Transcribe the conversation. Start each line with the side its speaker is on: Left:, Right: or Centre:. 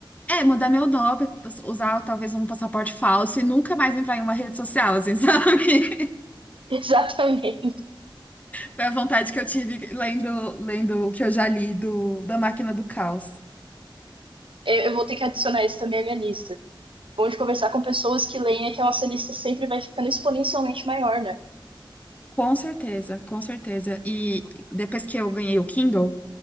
Left: É, mudar meu nome, usar talvez um passaporte falso e nunca mais entrar em uma rede social, assim, <laughs> sabe?
Right: <laughs> Exatamente.
Left: Foi a vontade que eu tive lendo, lendo o que eu já li do, da Máquina do Caos.
Right: Eu vou ter que adicionar esse também à minha lista. Bom de conversar com pessoas que leem é que a nossa lista sempre vai ficando exponencialmente maior, né?
Left: Com certeza, com certeza. E depois que eu ganhei o Kindle,